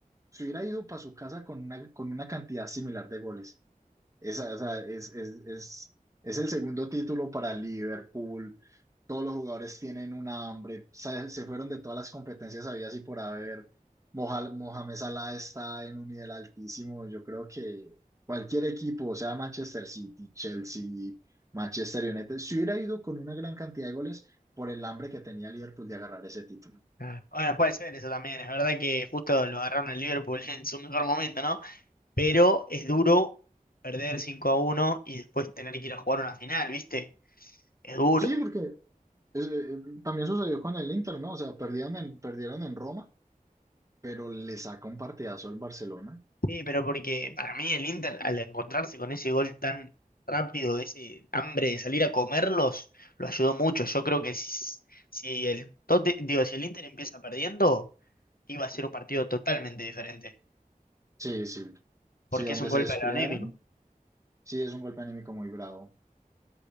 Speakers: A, on the right; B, on the left.
A: se hubiera ido para su casa con una, con una cantidad similar de goles. Esa, o sea, es, es, es, es el segundo título para Liverpool. Todos los jugadores tienen una hambre. Se, se fueron de todas las competencias habidas y por haber. Moha- Mohamed Salah está en un nivel altísimo. Yo creo que cualquier equipo, o sea Manchester City, Chelsea, Manchester United, se hubiera ido con una gran cantidad de goles por el hambre que tenía Liverpool de agarrar ese título.
B: Ah, Bueno, puede ser eso también. Es verdad que justo lo agarraron al Liverpool <laughs> en su mejor momento, ¿no? Pero es duro perder 5 a uno y después tener que ir a jugar una final, ¿viste? Es duro.
A: Sí, porque eh, eh, también sucedió con el Inter, ¿no? O sea, perdieron en, perdieron en Roma pero le saca un partidazo al Barcelona.
B: Sí, pero porque para mí el Inter, al encontrarse con ese gol tan rápido, ese hambre de salir a comerlos, lo ayudó mucho. Yo creo que si, si el Tote- digo, si el Inter empieza perdiendo, iba a ser un partido totalmente diferente,
A: Sí, sí.
B: porque
A: Si donde
B: es un golpe
A: se descuidaran,
B: anímico.
A: sí es un golpe anímico muy bravo.